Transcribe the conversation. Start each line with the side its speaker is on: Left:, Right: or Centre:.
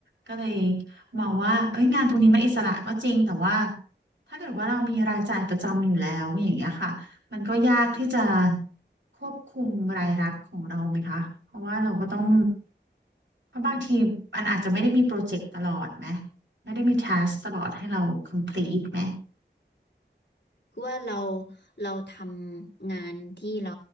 Right: ก็เลยมองว่าเอ้ยงานตรงนี้มันอิสระก็จริงแต่ว่าถ้าเกิดว่าเรามีรายจ่ายประจำอยู่แล้วอย่างเงี้ยค่ะมันก็ยากที่จะควบคุมรายรับของเราไหมคะเพราะว่าเราก็ต้องเพราะบางทีมันอาจจะไม่ได้มีโปรเจกต์ตลอดไหมไม่ได้มี task ตลอดให้เรา complete ไหม
Left: คือว่าเราเราทำงานที่เรา